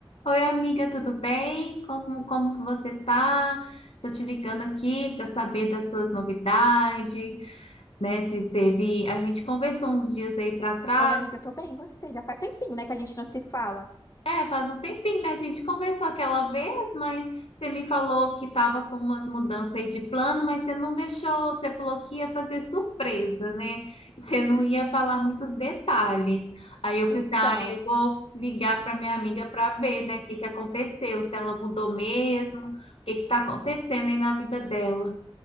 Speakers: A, on the left; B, on the left.
A: Oi, amiga, tudo bem? Como, como que você tá? Tô te ligando aqui para saber das suas novidades, né? Se teve, a gente conversou uns dias aí para trás.
B: Oi, amiga, eu tô bem, e você? Já faz tempinho, né, que a gente não se fala.
A: É, faz um tempinho, né? A gente conversou aquela vez, mas você me falou que tava com umas mudanças aí de plano, mas você não deixou, você falou que ia fazer surpresa, né? Você não ia falar muitos detalhes. Aí eu
B: Então,
A: pensei, ah, eu vou ligar para minha amiga para ver, né, o que que aconteceu, se ela mudou mesmo, o que que tá acontecendo aí na vida dela.